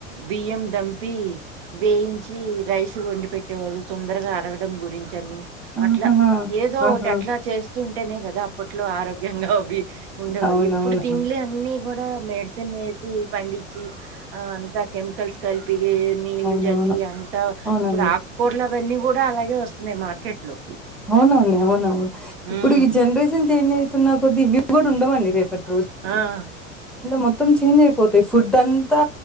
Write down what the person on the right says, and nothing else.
బియ్యం దంపి వేయించి రైస్ వండిపే పెట్టేవడు తొందరగా అరగడం గురించి అని
అట్ల ఏదో
ఒకటి అట్ల చేస్ ఉంటేనే గదా అప్పట్లో ఆరోగ్యంగా హా అవి ఉండేవాళ్ళు
ఇప్పుడు తింలే అన్ని కూడా మెడి తినేది పండిచ్చి ఆ అంతా కెమికల్స్ కలిపి ఏ నీళ్లు
జల్లి అంతా
ఇప్పుడు ఆకుకూరలు అవన్నీ గుడా అలాగే వొస్తున్నాయి మార్కెట్ లో
హ్మ్.
ఆఅ